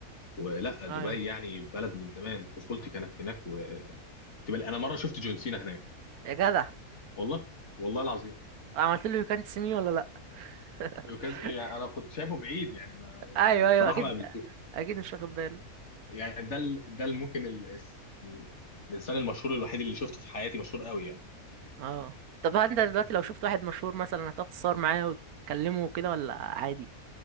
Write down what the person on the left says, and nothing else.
ولا دبي
يعني بلد من زمان طفولتي كانت هناك و... انا مره شفت جون سينا هناك
والله والله العظيم
وكان
يعني انا كنت شايفه بعيد يعني ما يعني
بصراحه
ما قابلتوش
يعني ده ال... ده ال- ممكن ال... الس- الانسان المشهور الوحيد اللي شفته في حياتي مشهور قوي يعني